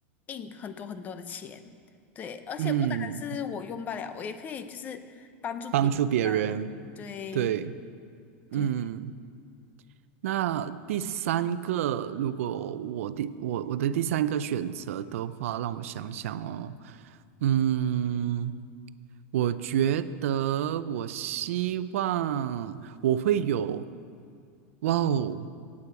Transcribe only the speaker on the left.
印很多很多的钱。对，而且不单是我用不了，
我也可以就是帮助别人嘛，
对不对？
对